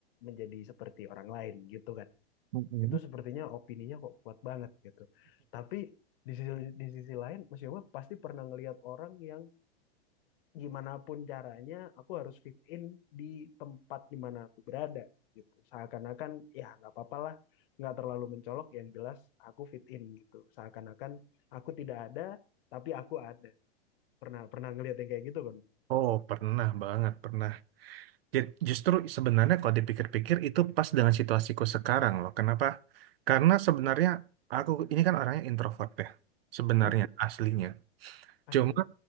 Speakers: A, on the left; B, on the right.
A: menjadi seperti orang lain gitu kan?
B: mm-mm.
A: itu sepertinya opininya kok kuat banget gitu. Tapi di sisi di sisi lain Mas Yoma pasti pernah ngelihat orang yang gimana pun caranya aku harus fit in di tempat di mana aku berada gitu. Seakan-akan ya nggak apa-apa lah, nggak terlalu mencolok yang jelas aku fit in gitu. Seakan-akan aku tidak ada tapi aku ada. Pernah pernah ngelihat yang kayak gitu kan?
B: Oh, pernah banget, pernah. Ju- Justru sebenarnya kalau dipikir-pikir itu pas dengan situasiku sekarang loh. Kenapa? Karena sebenarnya aku ini kan orangnya introvert ya. Sebenarnya
A: Mm,
B: aslinya.
A: aslinya.
B: Cuma